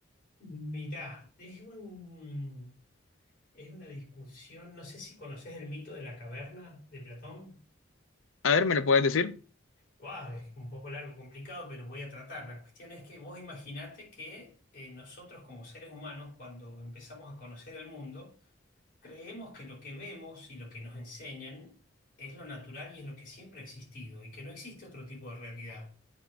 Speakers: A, on the left (about 45°); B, on the left (about 85°).
A: Mirá, es un, es una discusión, no sé si conoces el mito de la caverna de Platón.
B: A ver, ¿me lo puedes decir?
A: Buah, es un poco largo, complicado, pero voy a tratar. La cuestión es que vos imaginate que eh, nosotros como seres humanos, cuando empezamos a conocer el mundo, creemos que lo que vemos y lo que nos enseñan es lo natural y es lo que siempre ha existido y que no existe otro tipo de realidad.